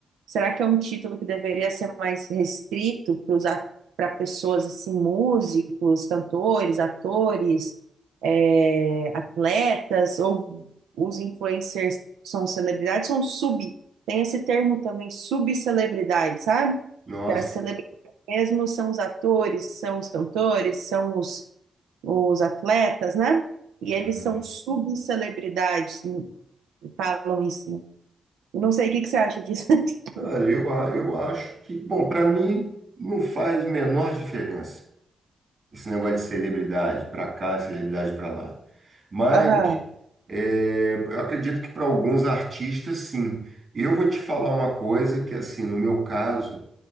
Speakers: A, on the right (about 90°); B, on the right (about 55°).
A: Será que é um título que deveria ser mais restrito para usar para pessoas assim, músicos, cantores, atores, eh, atletas, ou os influencers são celebridades, são sub, tem esse termo também, subcelebridades, sabe?
B: Nossa.
A: que é a mesmo são os atores, são os cantores, são os, os atletas, né? E eles
B: Uhum.
A: são subcelebridades, n- falam isso, né? Eu não sei o que que você acha disso.
B: Olha,
A: <laughs>
B: eu, a- eu acho que, bom, para mim não faz menor diferença esse negócio de celebridade para cá, celebridade para lá. Mas
A: Aham,
B: é, eu acredito que para alguns artistas, sim. Eu vou te falar uma coisa que, assim, no meu caso,